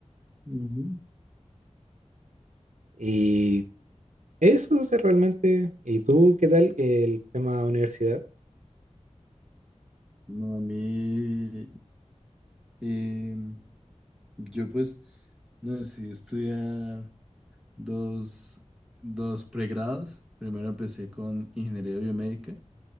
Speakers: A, in the centre; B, on the right.
A: Ujú.
B: Y eso o sea, realmente. ¿Y tú qué tal el tema universidad?
A: No, a mí, em, yo pues, no decidí estudiar dos, dos pregrados. Primero empecé con ingeniería biomédica